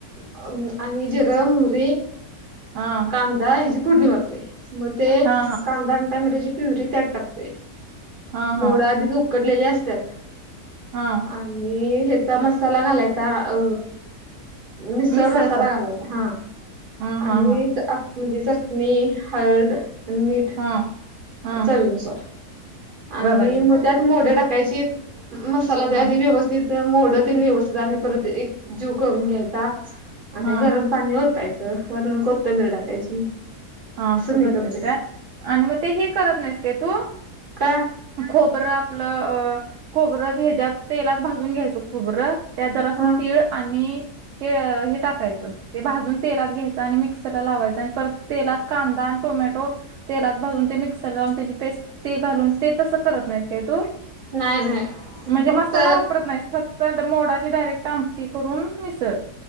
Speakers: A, on the right (about 35°); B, on the right (about 65°).
A: अ आणि जिरं, मोहरी
B: हा
A: कांदा हिजी पुडणी मारते मग ते
B: हा
A: कांदा आणि टामेटोची प्युरी त्यात टाकते.
B: हा हा
A: मोडा आधीच उकडलेली असत्यात.
B: हा.
A: आणि ह्याचा मसाला घालायचा अ मिसळ
B: मिक्सरचा
A: मसाला घालायचा हा
B: हा हा
A: आणि
B: हा
A: म्हणजे चटणी, हळद आणि मीठ
B: हा. हा
A: चवीनुसार आणि
B: घालायचं.
A: मग त्यात मोडं टाकायचे मसाला
B: हम्म
A: आदी व्यवस्थित मोडंतेन व्यवस्थित आणि परत एक जीव करून घ्यायचा आणि
B: हा
A: गरम पाणी होतायचं वरनं होतं कोतमीर टाकायची.
B: हा असं
A: मी
B: करतेस
A: करतोय
B: काय आणि मग ते हे करत नाहीस काय तू
A: का
B: खोबरं आपलं अ खोबरं ह्याच्यात तेलात भाजून घ्यायचं खोबरं. त्यात जरासा
A: हा
B: तीळ आणि हे हे टाकायचं ते भाजून तेलात घ्यायचं आणि मी मिक्सरला लावायचा आणि परत तेलात कांदा आणि टोमॅटो तेलात भाजून ते मिक्सर लावून त्याची पेस्ट ते घालून ते तसं करत नाहीस काय तू?
A: नाही नाही
B: म्हणजे
A: फक्त
B: मसाला वापरत नाही फक्त मोडाची डायरेक्ट आमटी करून मिसळ